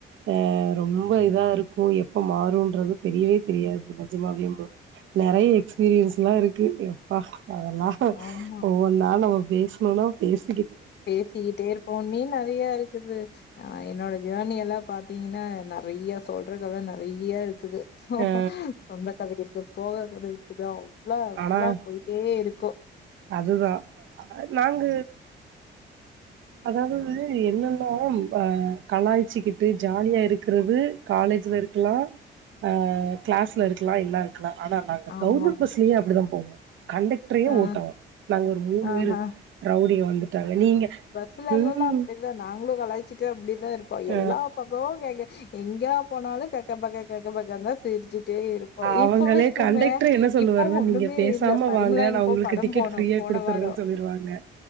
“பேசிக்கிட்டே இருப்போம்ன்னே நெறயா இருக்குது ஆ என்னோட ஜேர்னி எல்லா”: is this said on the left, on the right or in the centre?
Left